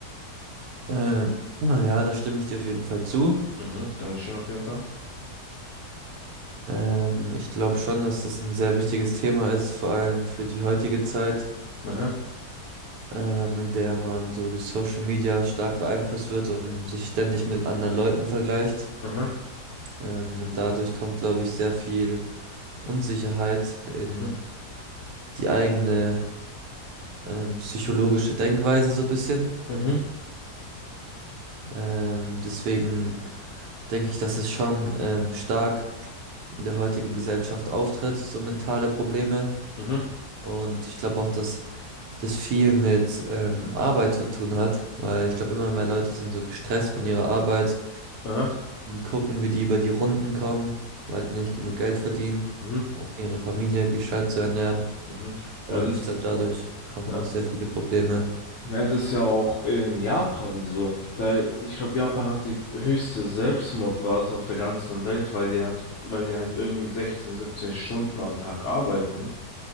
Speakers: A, on the right (about 80°); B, on the left (about 75°).
A: Ähm, naja, da stimme ich dir auf jeden Fall zu.
B: Mhm, Dankeschön auf jeden Fall.
A: Ähm, ich glaube schon, dass das ein sehr wichtiges Thema ist, vor allem für die heutige Zeit,
B: Aha,
A: ähm, in der man so durch Social Media stark beeinflusst wird und sich ständig mit anderen Leuten vergleicht.
B: aha,
A: Ähm, und dadurch kommt, glaube ich, sehr viel Unsicherheit in
B: mhm,
A: die eigene ähm, psychologische Denkweise so ein bisschen.
B: mhm,
A: Ähm, deswegen denke ich, dass es schon ähm, stark in der heutigen Gesellschaft auftritt, so mentale Probleme.
B: mhm,
A: Und ich glaube auch, dass das viel mit ähm, Arbeit zu tun hat, weil ich glaube, immer mehr Leute sind so gestresst von ihrer Arbeit,
B: aha,
A: gucken, wie die über die Runden kommen, weil die nicht genug Geld verdienen,
B: mhm,
A: um ihre Familie gescheit zu ernähren.
B: mhm.
A: Und
B: Ja, das,
A: ich glaube, dadurch kommen
B: ja.
A: auch sehr viele Probleme.
B: Ja, das ist ja auch in Japan so. Da, ich glaube, Japan hat die höchste Selbstmordrate auf der ganzen Welt, weil die hat, weil die halt irgendwie 16, 17 Stunden am Tag arbeiten.